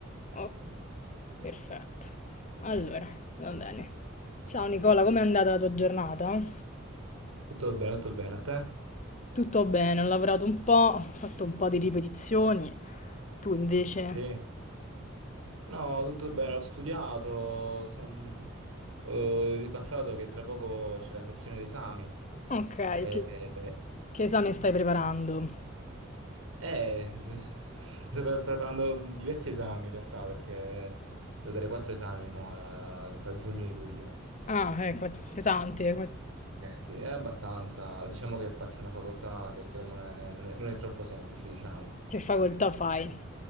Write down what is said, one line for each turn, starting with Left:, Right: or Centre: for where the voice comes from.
Right: Dai.
Left: Ok, perfetto. Allora, va bene. Ciao Nicola, com'è andata la tua giornata?
Right: Tutto bene, tutto bene. A te?
Left: Tutto bene, ho lavorato un po', ho fatto un po' di ripetizioni. Tu invece?
Right: Sì. No, tutto bene, ho studiato, son- ho ripassato che tra poco c'è la sessione d'esami.
Left: Ok,
Right: E...
Left: che,
Right: e-
Left: che esame stai preparando?
Right: eh, <laughs> sto pre- preparando diversi esami in realtà, perché devo dare quattro esami mo, eh, tra giugno e luglio.
Left: Ah, eh, qua- pesante, qua-
Right: Eh sì, è abbastanza. Diciamo che faccio una facoltà che secondo me non è, non è troppo semplice, diciamo.
Left: che facoltà fai?